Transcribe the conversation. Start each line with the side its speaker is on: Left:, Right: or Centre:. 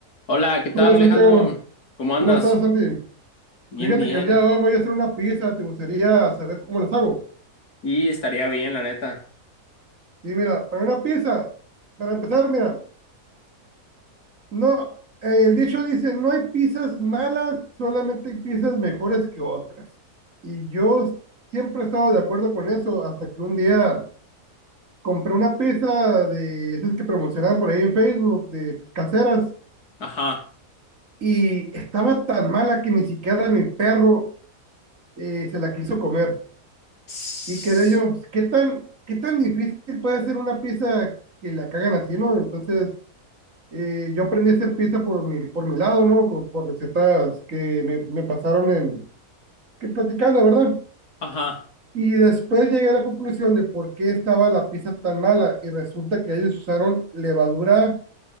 Left: Hola, ¿qué tal
Right: Hola
Left: Alejandro?
Right: Santiago,
Left: ¿Cómo andas?
Right: ¿cómo estás Santi?
Left: Bien,
Right: Fíjate
Left: bien.
Right: que el día de hoy voy a hacer una pizza, ¿te gustaría saber cómo las hago?
Left: Y estaría bien, la neta.
Right: Y mira, para una pizza, para empezar, mira, no, eh, el dicho dice, no hay pizzas malas, solamente hay pizzas mejores que otras. Y yo siempre he estado de acuerdo con eso, hasta que un día compré una pizza de esas que promocionaban por ahí en Facebook, de caseras,
Left: Ajá.
Right: y estaba tan mala que ni siquiera mi perro eh, se la quiso comer.
Left: Tss,
Right: Y quedé yo, pues, ¿qué tan, qué tan difícil puede ser una pizza que la cagan así, ¿no? Entonces, eh, yo aprendí a hacer pizza por mi, por mi lado, ¿no? Con- Por recetas que me, me pasaron en, que platicando, ¿verdad?
Left: Ajá.
Right: Y después llegué a la conclusión de por qué estaba la pizza tan mala y resulta que ellos usaron levadura,